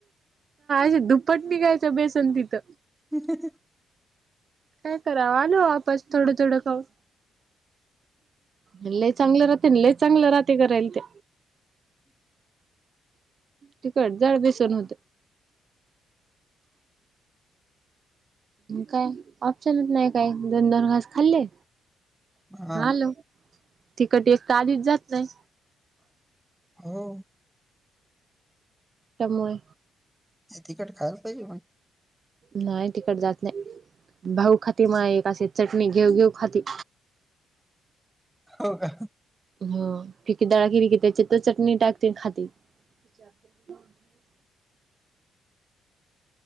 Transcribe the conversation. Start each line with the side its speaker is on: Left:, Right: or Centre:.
Right: य दुप्पटणीघायचं बेसन तिथं
Centre: <inaudible>
Right: काय करावा आलो वापस थोडं थोडं खाऊन लय चांगलं राहते लय चांगलं राहते करायल ते तिकट जाळ बेसून होत. काय ऑप्शनच नाही काय दोन दोन घास खाल्ले
Centre: हा. हा
Right: आलो. तिकट एक तर आधीच जात नाही.
Centre: हो
Right: त्यामुळे
Centre: तिकट खायला पाहिजे पण
Right: नाही तिकट जात नाही भाऊ खाती मग एक असे चटणी घेऊ घेऊ खाती.
Centre: हो का
Right: हो फेकी डाळ केली कि त्याच्यातच चटणी टाकते खाती. <inaudible>